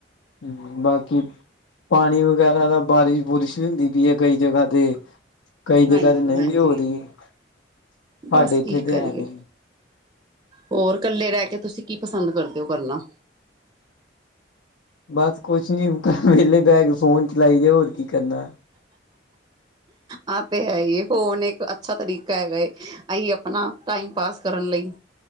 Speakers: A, on the left; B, on the right.
A: ਹੁੰ, ਬਾਕੀ ਪਾਣੀ ਵਗੈਰਾ ਦਾ ਬਾਰਿਸ਼ ਬੁਰਿਸ਼ ਵੀ ਹੁੰਦੀ ਪਈ ਐ ਕਈ ਜਗ੍ਹਾ ਤੇ। ਕਈ ਜਗ੍ਹਾ
B: ਹਾਂਜੀ
A: ਤੇ ਨਹੀਂ
B: ਹਾਂਜੀ
A: ਵੀ ਹੋ ਰਹੀ ਸਾਡੇ
B: ਬਸ
A: ਇੱਥੇ
B: ਕੀ
A: ਤੇ
B: ਕਰੀਏ
A: ਹੈ ਨਹੀਂ।
B: ਹੋਰ ਇਕੱਲੇ ਰਹਿ ਕੇ ਤੁਸੀਂ ਕੀ ਪਸੰਦ ਕਰਦੇ ਹੋ ਕਰਨਾ?
A: ਬਸ ਕੁਛ ਨੀ ਵੇਹਲੇ ਬਹਿਗ ਫੋਨ ਚਲਾਈ ਦੇ ਹੋਰ ਕੀ ਕਰਨਾ।
B: ਆ ਤੇ ਹੈਈ ਏ ਫੋਨ ਏਕ ਅੱਛਾ ਤਰੀਕਾ ਹੈਗਾ ਏ, ਆਂਈ ਅਪਨਾ ਟਾਈਮ ਪਾਸ ਕਰਨ ਲਈ।